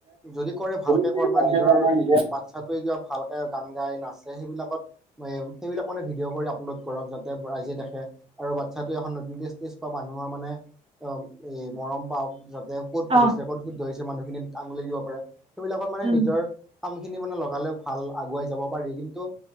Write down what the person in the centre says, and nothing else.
যদি কৰে ভালকে
কৰ মানে নিজৰ
বাচ্ছাটোৱে ভালকে গান গাই না- সেইবিলকত মানে ভিডিঅ' কৰি আপলোড কৰক যাতে ৰাইজে দেখে আৰু বাচ্ছা এখন নতুনকৈ ষ্টেজ বা মানুহৰ মানে অ এই মৰম পাও যত ক'ত ভুল
হৈছে ক'ত শুদ্ধ হৈছে মানুহখিনি আাঙুলিাই দিব পাৰে সেইবাৰক মানে
নিজৰ কাম খিনি মানে লগালে ভাল আগুৱাই যাব পাৰি কিন্তু